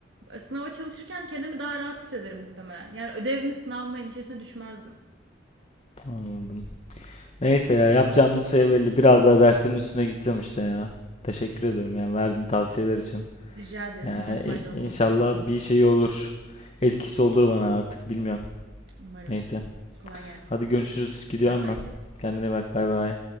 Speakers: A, on the right; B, on the left.
A: e, sınava çalışırken kendimi daha rahat hissederim muhtemelen. Yani ödev mi sınav mı endişesine düşmezdim.
B: Anladım. Neyse ya yapacağımız şey belli. Biraz daha derslerin üstüne gideceğim işte ya. Teşekkür ederim yani verdiğin tavsiyeler için.
A: Rica ederim.
B: Yani
A: Umarım faydalı
B: i- inşallah
A: olmuştur sana.
B: bir şey olur. Etkisi olur bana artık bilmiyorum.
A: Umarım.
B: Neyse.
A: Kolay gelsin.
B: Hadi görüşürüz. Gidiyorum
A: Bay bay.
B: ben. Kendine bak. Bay bay.